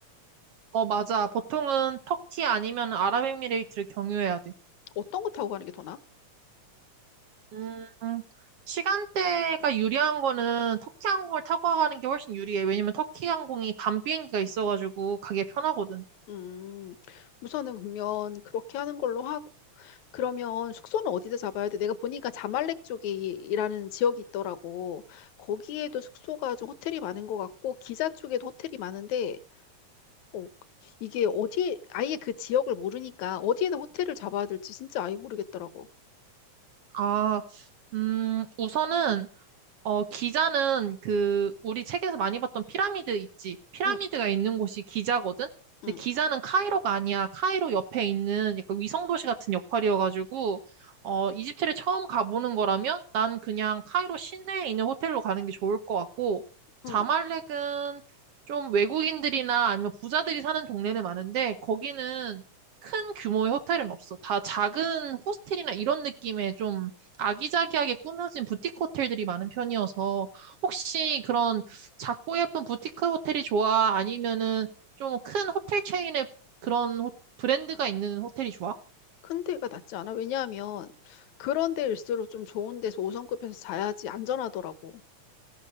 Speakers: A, on the right (about 60°); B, on the left (about 75°).
A: 어, 맞아. 보통은 터키 아니면 아랍에미레이트를 경유해야 돼.
B: 어떤 거 타고 가는 게 더 나아?
A: 음, 시간대가 유리한 거는 터키 항공을 타고 가는 게 훨씬 유리해. 왜냐면 터키 항공이 밤 비행기가 있어가지고 가기 편하거든.
B: 음, 우선은 그러면 그렇게 하는 걸로 하고 그러면 숙소는 어디서 잡아야 돼? 내가 보니까 자말렉 쪽이라는 지역이 있더라고. 거기에도 숙소가 좀 호텔이 많은 것 같고 기자 쪽에도 호텔이 많은데 어, 이게 어디에 아예 그 지역을 모르니까 어디에다 호텔을 잡아야 될지 진짜 아예 모르겠더라고.
A: 아, 음, 우선은 어, 기자는 그, 우리 책에서 많이 봤던 피라미드 있지? 피라미드가
B: 응,
A: 있는 곳이 기자거든?
B: 응,
A: 근데 기자는 카이로가 아니야. 카이로 옆에 있는 약간 위성도시 같은 역할이어가지고, 어, 이집트를 처음 가보는 거라면 난 그냥 카이로 시내에 있는 호텔로 가는 게 좋을 것 같고, 자말렉은
B: 응.
A: 좀 외국인들이나 아니면 부자들이 사는 동네는 많은데, 거기는 큰 규모의 호텔은 없어. 다 작은 호스텔이나 이런 느낌의 좀 아기자기하게 꾸며진 부티크 호텔들이 많은 편이어서 혹시 그런 작고 예쁜 부티크 호텔이 좋아? 아니면은 좀 큰 호텔 체인의 그런 호- 브랜드가 있는 호텔이 좋아?
B: 큰 데가 낫지 않아? 왜냐하면 그런 데일수록 좀 좋은 데서 5성급에서 자야지 안전하더라고.